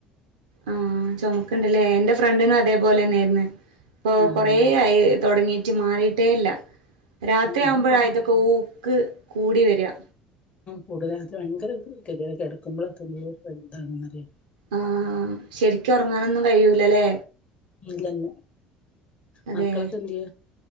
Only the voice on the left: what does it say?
ആഹ്
ആഹ് ഇനിയിപ്പോ കൊറയും
കൂടുതലാ. അത് ഭയങ്കര കെത്യേടാ കെടക്കുമ്പളൊക്കെന്തോര് ഇതാണെന്ന് അറിയൊ.
ഇല്ലല്ല
മക്കളൊക്കെ എന്തിയെ